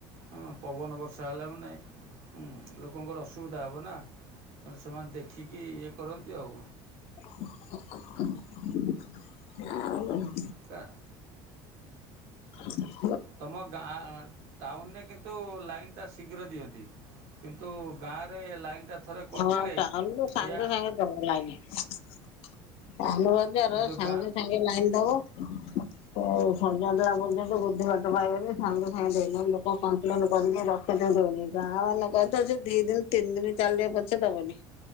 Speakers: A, on the right; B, on the left.
A: ହଁ ପବନ ବର୍ଷା ହେଲା ମାନେ ହୁଁ ଲୋକଙ୍କର ଅସୁବିଧା ହେବ ନା। ତ ସେମାନେ ଦେଖିକି ଇଏ କରନ୍ତି ଆଉ।
B: ଆଉ
A: ତା
B: ହ
A: ତମ ଗାଁ ଟାଉନରେ କିନ୍ତୁ ଲାଇନ୍ ଟା ଶୀଘ୍ର ଦିଅନ୍ତି। କିନ୍ତୁ ଗାଁରେ ଲାଇନ୍ ଟା ଥରେ କଟିଲେ
B: ହଁ ଟାଉନରୁ ସାଙ୍ଗେ
A: ଏୟା।
B: ସାଙ୍ଗେ ଦବ ଲାଇନି। ଟାଉନ ବଜାର
A: କିନ୍ତୁ
B: ସାଙ୍ଗେ
A: ଗାଁ
B: ସାଙ୍ଗେ ଲାଇନ ଦବ। ହ ସଜାଡି ଦେଲା ପର୍ଯ୍ୟନ୍ତ ବୁଦ୍ଧି ବାଟ ପାଇବେନି ସାଙ୍ଗେ ସାଙ୍ଗେ ଦେଲେ ଲୋକ କମ୍ପ୍ଲେନ କରିକି ରଖିଦେ ଦଉନି ଗାଁ ମାନେ କଥା ସେ ଦି ଦିନ ତିନି ଦିନ ଚାଲିଲେ ପଛେ ଦବନି।